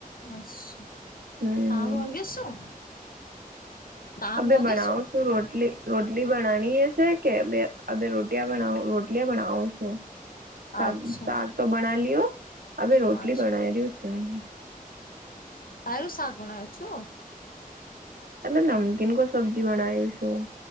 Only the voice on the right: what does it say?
હમ
અ બે
બનાવું
છું રોટલી રોટલી બનાની એ છે કે બે આ બે રોટિયા બનાવો રો રોટલી આ બનાવો છો શા
શાક તો બના લિયો અવે રોટલી
બનાય રિયું <unintelligible>
એટલે નમકીન કો સબ્જી બનાાવ્યું છું.